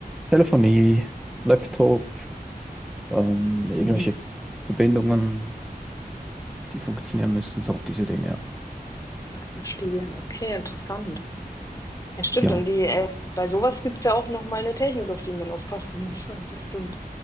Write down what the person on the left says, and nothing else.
mhm.
Ach, verstehe. Okay, interessant. Ja, stimmt.
Und die, äh, bei sowas gibt es ja auch nochmal eine Technik, auf die man aufpassen muss. <laughs> Das stimmt.